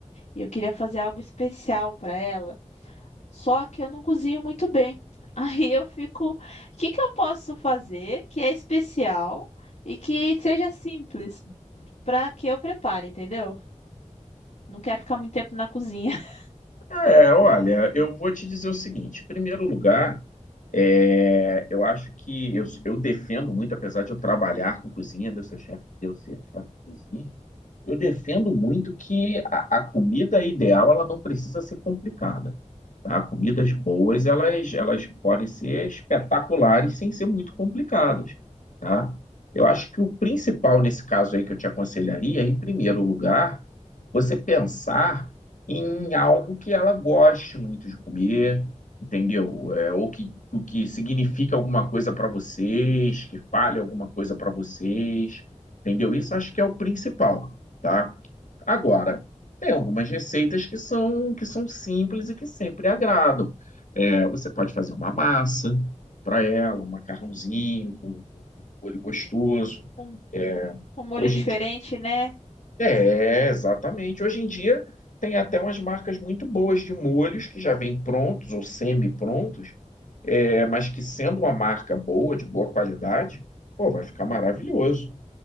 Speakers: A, on the left; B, on the left.
A: e eu queria fazer algo especial para ela. Só que eu não cozinho muito bem. <laughs> Aí eu fico, o que que eu posso fazer que é especial e que seja simples para que eu prepare, entendeu? Não quero ficar muito tempo na cozinha <laughs>
B: É, olha, eu vou te dizer o seguinte: em primeiro lugar, é, eu acho que eu, eu defendo muito, apesar de eu trabalhar com cozinha, de eu ser chefe, de eu ser chefe de cozinha, eu defendo muito que a, a comida ideal ela não precisa ser complicada, tá? Comidas boas elas, elas podem ser espetaculares sem ser muito complicadas, tá? Eu acho que o principal nesse caso aí que eu te aconselharia, em primeiro lugar, você pensar em algo que ela goste muito de comer, entendeu? É, ou que, o que significa alguma coisa para vocês, que fale alguma coisa para vocês, entendeu? Isso acho que é o principal, tá? Agora, tem algumas receitas que são que são simples e que sempre agradam. É, você pode fazer uma massa para ela, um macarrãozinho com, com molho gostoso.
A: com,
B: É,
A: com molho
B: Hoje
A: diferente,
B: em dia
A: né?
B: é, exatamente. Hoje em dia tem até umas marcas muito boas de molhos que já vêm prontos ou semi-prontos, é, mas que sendo uma marca boa, de boa qualidade, pô, vai ficar maravilhoso.